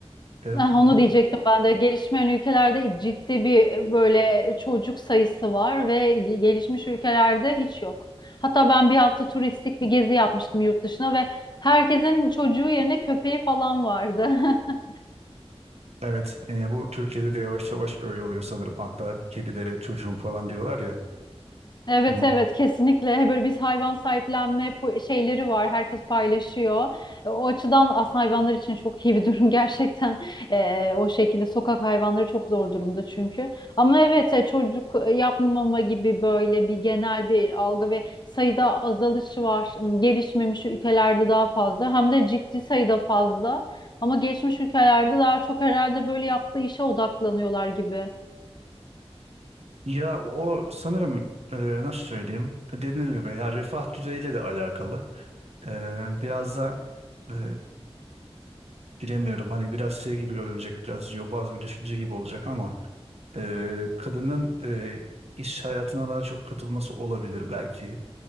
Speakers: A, on the right; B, on the left.
A: E,
B: Ah,
A: bu-
B: onu diyecektim ben de gelişmeyen ülkelerde ciddi bir e, böyle çocuk sayısı var ve gelişmiş ülkelerde hiç yok. Hatta ben bir hafta turistik bir gezi yapmıştım yurt dışına ve herkesin çocuğu yerine köpeği falan vardı. <laughs>
A: evet, e, bu Türkiye'de de yavaş yavaş böyle oluyor sanırım. Hatta kedilere çocuğum falan diyorlar ya.
B: Evet
A: Onun,
B: evet kesinlikle böyle biz hayvan sahiplenme po- şeyleri var herkes paylaşıyor E, o açıdan aslında hayvanlar için çok iyi bir durum <laughs> gerçekten E, o şekilde sokak hayvanları çok zor durumda çünkü ama evet e, çocuk e, yapmama gibi böyle bir genel bir algı ve sayıda azalışı var Hmm, gelişmemiş ülkelerde daha fazla hem de ciddi sayıda fazla ama gelişmiş ülkelerde daha çok herhalde böyle yaptığı işe odaklanıyorlar gibi.
A: ya o sanırım e, nasıl söyleyeyim? Dediğim gibi ya refah düzeyiyle de alakalı. E, biraz da e, bilemiyorum. Hani biraz şey gibi görünecek, biraz yobaz bir düşünce gibi olacak ama e, kadının e, iş hayatına daha çok katılması olabilir belki.